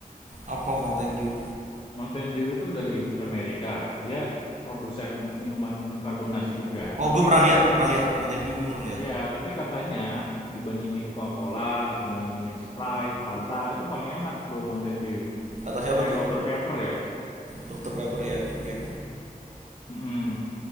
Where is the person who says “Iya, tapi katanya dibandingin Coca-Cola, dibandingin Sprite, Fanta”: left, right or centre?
Left